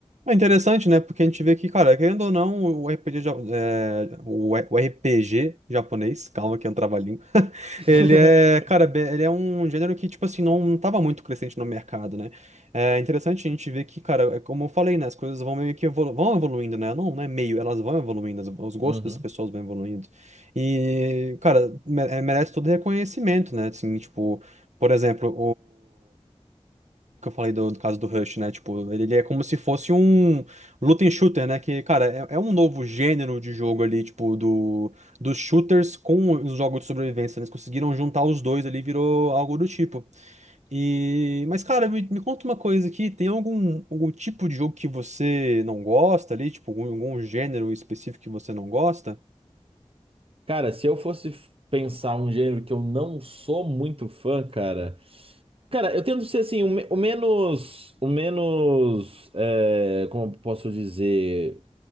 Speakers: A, on the right; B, on the right.
A: é interessante, né? Porque a gente vê que, cara, querendo ou não, o RPG, ja- é, o E- o RPG japonês, calma que é um trava-língua, <laughs>
B: <laughs>
A: ele é, cara, be- ele é um gênero que, tipo assim, não não tava muito crescente no mercado, né? É interessante a gente ver que, cara, é como eu falei, né? As coisas vão meio que evolu vão evoluindo, né? Não, não é meio, elas vão evoluindo, as- os gostos
B: Uhum.
A: das pessoas vão evoluindo. E, cara, me- é, merece todo reconhecimento, né? Assim, tipo, por exemplo, que eu falei do, do caso do Rush, né? Tipo, ele, ele é como se fosse um looting shooter, né? Que, cara, é, é um novo gênero de jogo ali, tipo, do, dos shooters com os jogos de sobrevivência. né? Eles conseguiram juntar os dois ali, virou algo do tipo. E, mas, cara, me, me conta uma coisa aqui, tem algum, algum tipo de jogo que você não gosta ali? Tipo, algum, algum gênero específico que você não gosta?
B: Cara, se eu fosse f- pensar um gênero que eu não sou muito fã, cara. Cara, eu tento ser assim, o, me- o menos. O menos. é, como eu posso dizer?